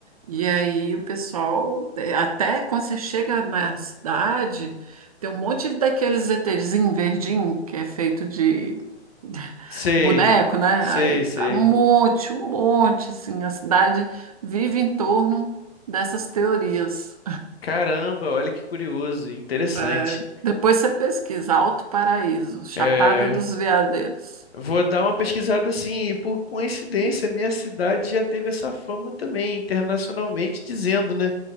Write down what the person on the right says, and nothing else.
E aí o pessoal, eh, até quando você chega na cidade, tem um monte daqueles ETzinho verdinho, que é feito de <laughs>
boneco, né?
Aí
tá um monte, um monte, assim, a cidade vive em torno dessas teorias.
Eh, depois você pesquisa, Alto Paraíso, Chapada
dos Veadeiros.